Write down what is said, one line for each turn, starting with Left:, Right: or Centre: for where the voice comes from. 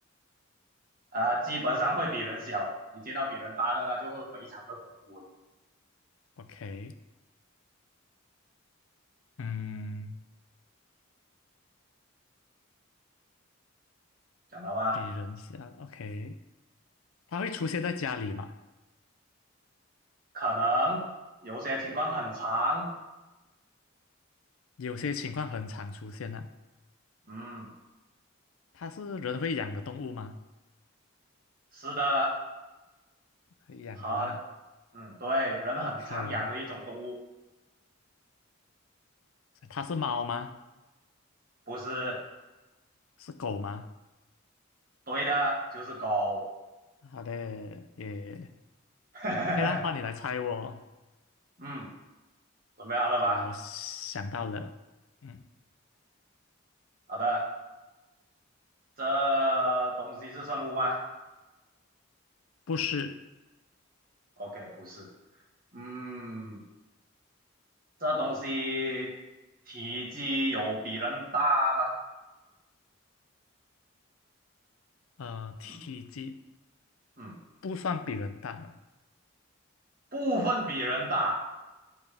Right: 啊，基本上会比人小，你见到比人大的那就会非常的恐怖了，
Left: ？OK，嗯，
Right: 讲到吧？
Left: 比人小。OK，它会出现在家里吗？
Right: 可能有些情况很长，
Left: 有些情况很常出现啊。
Right: 嗯，
Left: 它是人会养的动物吗？
Right: 是的，
Left: 会养的啦。
Right: 很，嗯，对，人很常养的一种动物，
Left: OK，它是猫吗？
Right: 不是
Left: 是狗吗？
Right: 对的，就是狗，
Left: 好的，也
Right: <laughs>
Left: OK 啦。换你来猜我，
Right: 嗯，准备好了吧？
Left: 我想到了，嗯，
Right: 好的，这东西是生物吗
Left: 不是，
Right: ？OK，不是，嗯。这东西体积有比人大吗？
Left: 呃，体积
Right: 嗯嗯，
Left: 不算比人大的，
Right: 部分比人大，